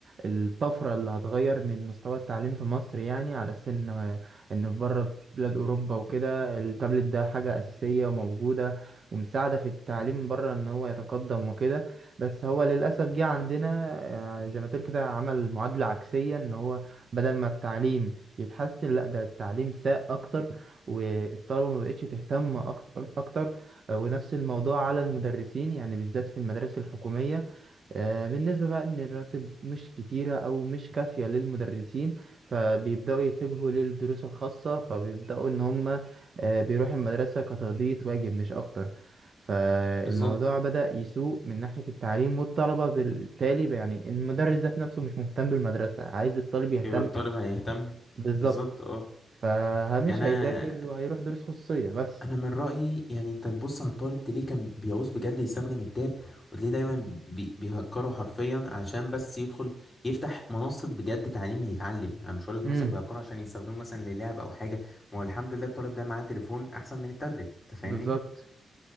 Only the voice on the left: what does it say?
مم.
بالظبط
يبقى الطالب هيهتم
بالظبط اه
يعني انا
انا من رايي يعني انت تبص على الطالب تلاقيه كان بيعوز بجد يستخدم التاب وتلاقيه دايما بي- بيهكره حرفيا عشان بس يدخل يفتح منصه بجد تعليم يتعلم انا مش هقول لك
مثلا بيهكره عشان يستخدموه مثلا للعب او حاجه ما هو الحمد لله الطالب ده معاه تليفون احسن من التابلت أنت فاهمني